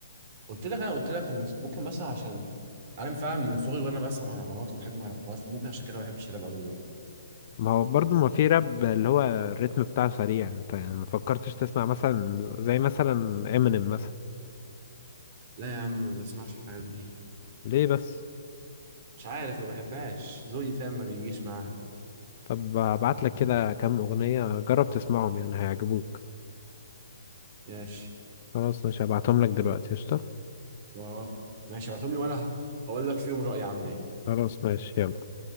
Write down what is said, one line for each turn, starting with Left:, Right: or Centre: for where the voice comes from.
Right: قلت لك انا قلت لك إن ممكن مثلا عشان انا فعلا من صغري وانا بسمع مهرجانات وبحب المهرجانات فممكن عشان كده ما بحبش الراب قوي دلوقتي
Left: ما هو برضه ما في راب اللي هو الريتم بتاعه سريع انت يعني ما فكرتش تسمع مثلا زي مثلا امينيم مثلا
Right: لا يا عم ما بسمعش الحاجات دي
Left: ليه بس
Right: مش عارف ما بحبهاش ذوقي فاهم ما بيجيش معاها
Left: طب ابعت لك كده كام اغنية جرب تسمعهم يعني هيعجبوك
Right: ماشي
Left: خلاص ماشي هبعتهم لك دلوقتي قشطة
Right: و- ماشي ابعتهم لي وانا هقول لك فيهم رأيي عامل ايه
Left: خلاص ماشي يلا